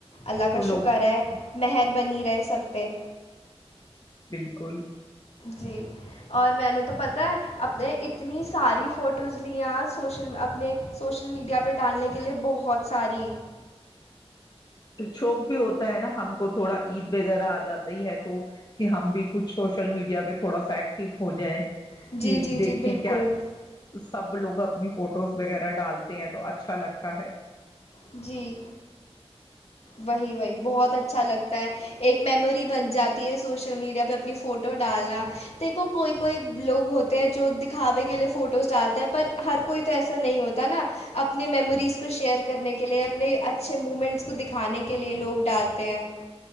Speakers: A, on the left; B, on the left.
A: اللہ
B: تو
A: کا
B: لوگ
A: شکر ہے مہر بنی رہے سب پہ
B: کن
A: جی اور میں نے تو پتہ ہے اپ نے اتنی ساری فوٹوز لیا سوشل اپنے سوشل میڈیا پہ ڈالنے کے لیے بہت ساری
B: شوق بھی ہوتا ہے نا ہم کو تھوڑا عید وغیرہ آ جاتا ہی ہے تو کہ ہم بھی کچھ سوشل میڈیا پہ تھوڑا سٹو ہو جائےیں
A: جی
B: کہ
A: جی
B: دیکھیں
A: جی بالکل
B: کیا سب لوگ اپنی فوٹوز وغیرہ ڈالتے ہیں تو اچھا لگتا ہے
A: جی وہی وہی بہت اچھا لگتا ہے ایک میموری بن جاتی ہے سوشل میڈیا پہ اپنی فوٹو ڈالنا دیکھو کوئی کوئی لوگ ہوتے ہیں جو دکھاوے کے لیے فوٹوز ڈالتے ہیں پر ہر کوئی تو ایسا نہیں ہوتا نا اپنی میموریز کو شیئر کرنے کے لیے اپنے اچھے مومنٹس کو دکھانے کے لیے لوگ ڈالتے ہیں